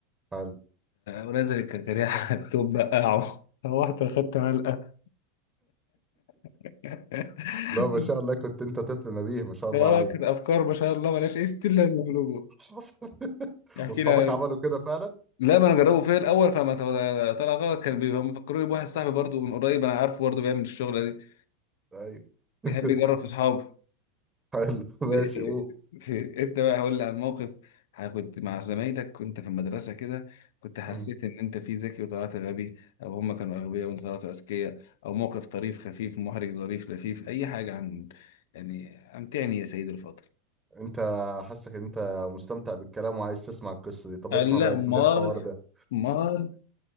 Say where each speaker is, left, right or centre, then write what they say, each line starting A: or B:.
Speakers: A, on the right (about 15°); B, on the left (about 75°).
A: حلو
B: ونزل الكركديه <laughs> على التوب بقعه روحت أخدت علقة <laughs>
A: لا ما شاء الله كنت انت طفل نبيه ما شاء الله
B: اه
A: عليك
B: كانت أفكار ما شاء الله ملهاش أي ستين لازمة في الوجود
A: حصل <laughs>
B: يحكي
A: واصحابك
B: لي عن-
A: عملوا كده فعلا
B: لا ما انا جربه فيا الاول فما طلع غلط كان بيبقى مفكروني بواحد صاحبي برضو من قريب انا عارفه برضو بيعمل الشغله دي
A: ايوه <laughs>
B: بيحب يجرب في اصحابه
A: حلو ماشي
B: ب-
A: قول
B: <laughs> انت بقى هقول لي عن موقف ح- كنت مع زمايلك كنت في المدرسه كده كنت حسيت
A: مم.
B: ان انت فيه ذكي وطلعت غبي او هم كانوا اغبياء وانت طلعتوا اذكياء او موقف طريف خفيف محرج ظريف لفيف اي حاجه عن يعني امتعني يا سيدي الفاضل
A: انت حاسك ان انت مستمتع بالكلام وعايز تسمع القصه دي طب
B: قال
A: اسمع بقى
B: لا
A: يا
B: امال
A: زميلي الحوار ده
B: امال